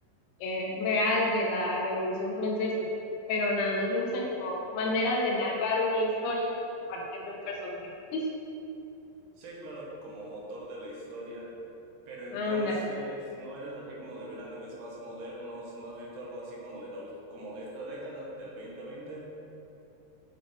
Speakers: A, on the left (about 75°); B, on the right (about 75°).
A: eh, real de la Revolución Francesa, pero nada más lo usan como manera de narrar una historia a partir de un personaje ficticio.
B: Sí, claro, como motor de la historia. Pero entonces,
A: Ándale.
B: ¿no eres así como de ver animes más modernos? ¿No has visto algo así como de la ulti- como de esta década, del 2020?